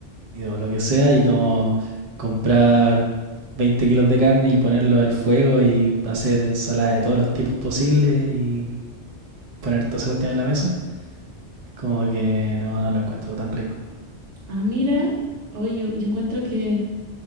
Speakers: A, on the right; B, on the right.
A: o lo que sea, y como comprar 20 kilos de carne y ponerlo al fuego y hacer ensalada de todos los tipos posibles y poner toda esa cuestión en la mesa, como que no, no lo encuentro tan rico.
B: Ah, mira. Oye, yo, yo encuentro que